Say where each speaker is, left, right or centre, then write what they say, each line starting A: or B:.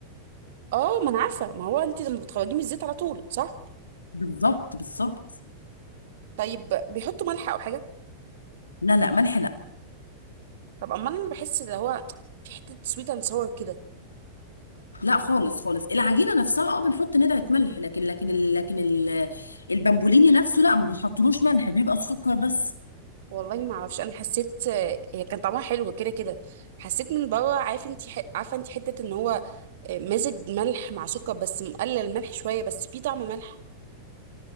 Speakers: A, on the right (about 55°); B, on the left (about 80°).
A: اه ما انا عارفه ما هو انتي لما بتخرجيه من الزيت على طول صح
B: بالظبط بالظبط
A: طيب بيحطوا ملح او حاجه
B: لا لا ملح لا
A: طب امال انا بحس اللي هو في حته سويت اند ساور كده
B: لا خالص خالص العجينه نفسها اه بنحط ندعه ملح لكن لكن ال- لكن ال- البامبوليني نفسه لا ما بيحطلوش ملح بيبقى سكر بس
A: والله ما اعرفش انا حسيت آه، هي كان طعمها حلو كده كده حسيت من بره عارف انت ح... عارفه انت حته ان هو آه، مزج ملح مع سكر بس مقلل الملح شويه بس في طعم ملح